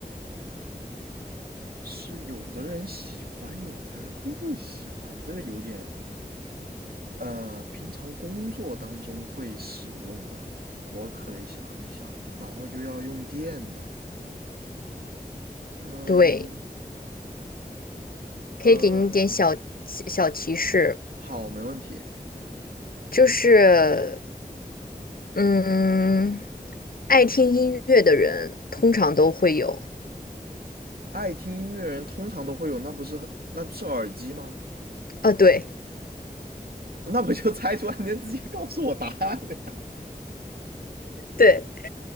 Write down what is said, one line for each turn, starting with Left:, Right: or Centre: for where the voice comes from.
Right: 是有的人喜欢，有的人不喜欢，这个有点呃，平常工作当中会使用的，我可得想一想啊，然后又要用电的，嗯
Left: 对，
Right: 呃呃
Left: 可以给你一点小小提示，
Right: 好，没问题。
Left: 就是，嗯，爱听音乐的人通常都会有，
Right: 爱听音乐人通常都会有，那不是那是耳机吗？
Left: 啊，对，
Right: <laughs> 那不就猜出来，你直接告诉我答案了呀
Left: 对。